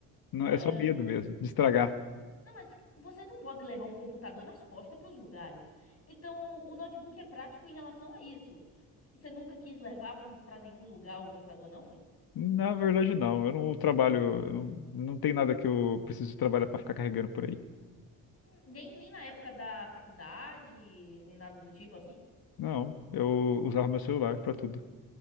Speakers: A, on the left; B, on the left.
A: Não,
B: é,
A: é só medo
B: n-
A: mesmo, de estragar.
B: não, mas vocês não podem levar um computador nas costas para os lugares. Então, o notebook é prático em relação a isso. Você nunca quis levar para nenhum lugar o computador, não foi?
A: Na verdade, não. Eu não trabalho, eu não, não tem nada que eu preciso trabalhar para ficar carregando por aí.
B: Hum, Nem, nem na época da faculdade, nem nada do tipo assim?
A: Não, eu usava meu celular para tudo.